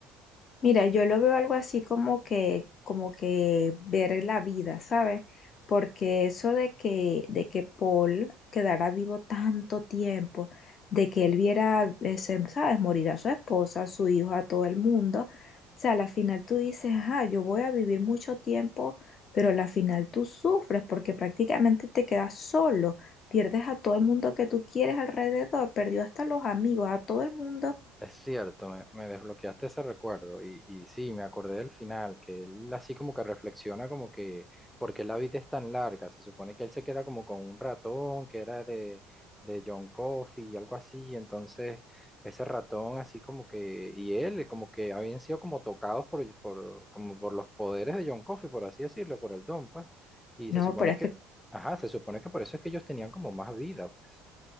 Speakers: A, on the left; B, in the centre.
A: Mira, yo lo veo algo así como que, como que ver la vida, ¿sabes? Porque eso de que, de que Paul quedara vivo tanto tiempo, de que él viera, ese, ¿sabes? Morir a su esposa, a su hijo, a todo el mundo. O sea, a la final tú dices, ah, yo voy a vivir mucho tiempo, pero a la final tú sufres porque prácticamente te quedas solo, pierdes a todo el mundo que tú quieres alrededor, perdió hasta los amigos, a todo el mundo.
B: Es cierto, me, me desbloqueaste ese recuerdo y, y sí, me acordé del final, que él así como que reflexiona como que, ¿por qué la vida es tan larga? Se supone que él se queda como con un ratón que era de, de John Coffey y algo así, entonces ese ratón así como que, y él como que habían sido como tocados por, por, como por los poderes de John Coffey, por así decirlo, por el don, pues, y
A: No,
B: se supone
A: pero es
B: que,
A: que
B: ajá, se supone que por eso es que ellos tenían como más vida, pues,